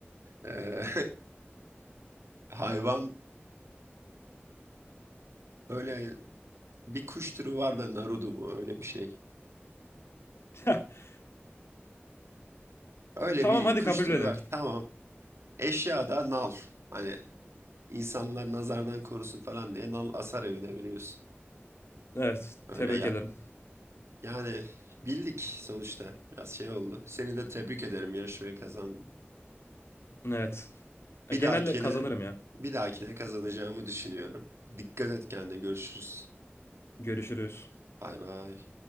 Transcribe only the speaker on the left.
<laughs>
Tamam
hadi
kabul
edelim.
Evet.
Tebrik ederim.
Evet. E,
Genelde
kazanırım ya.
Görüşürüz.